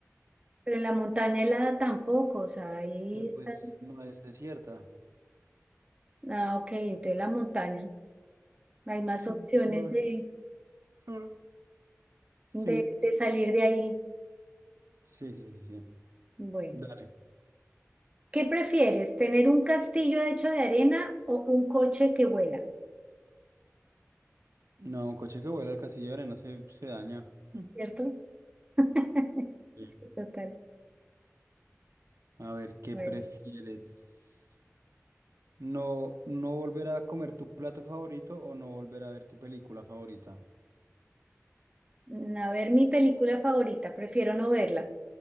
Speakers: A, on the right (about 20°); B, on the right (about 75°).
A: Pero en la montaña helada tampoco, o sea, ahí
B: pero
A: está.
B: pues no es desierta.
A: Ah, ok, entonces la montaña. Hay más
B: Sí,
A: opciones
B: va.
A: de...
B: Ah. <laughs>
A: de,
B: Sí,
A: de salir de ahí.
B: sí, sí, sí, sí.
A: Bueno,
B: Dale.
A: ¿qué prefieres? ¿Tener un castillo hecho de arena o un coche que vuela?
B: No, un coche que vuela al castillo, casillero no se, se daña. Mm.
A: ¿Cierto? <laughs>
B: Sí.
A: Sí, total.
B: A ver, ¿qué
A: A ver,
B: prefieres? ¿No, no volver a comer tu plato favorito o no volver a ver tu película favorita?
A: mm, a ver, mi película favorita, prefiero no verla,